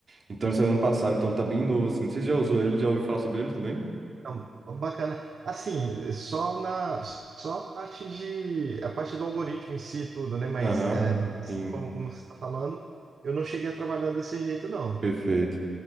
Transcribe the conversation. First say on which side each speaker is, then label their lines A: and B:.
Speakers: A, on the right; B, on the right.
A: Então, ele saiu ano passado, então tá bem novo, assim. Você já usou ele? Já ouviu falar sobre ele também?
B: então, bacana. Assim, só na só a parte de a parte do algoritmo em si e tudo, né? Mas
A: Aham.
B: é, dessa
A: Sim,
B: forma como você está falando, eu não cheguei a trabalhar desse jeito, não.
A: perfeito.